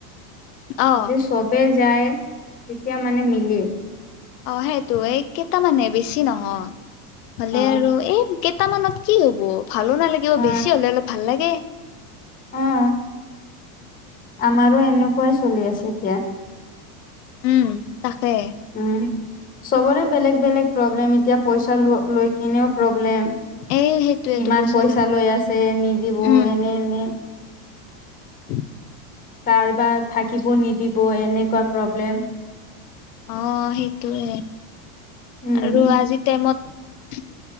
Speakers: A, on the left; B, on the left.
A: অ
B: যদি চবে যায়, তেতিয়া মানে মিলে।
A: অ', সেইটোৱেই, কেইটামানহে বেছি নহয়, হ'লে
B: অ
A: আৰু এই কেট টামানত কি হ'ব, ভালো নালাগিব,
B: অ
A: বেছি হ'লে অলপ ভাল লাগে।
B: অ'। আমাৰো এনেকুৱাই চলি আছে এতিয়া।
A: উম, তাকে।
B: উম চবৰে বেলেগ বেলেগ প্ৰব্লেম, এতিয়া পইচা ল-লৈ কিনেও প্ৰব্লেম
A: এই সেইটোয়েতো
B: ইমান পইচা
A: লাগিব
B: লৈ আছে, নিদিব
A: উম
B: এনে এনে।
A: <inaudible>
B: কাৰবাৰ থাকিব নিদিব, এনেকুৱা প্ৰব্লেম।
A: অ', সেইটোৱে,
B: উম
A: আৰু আজিৰ টাইমত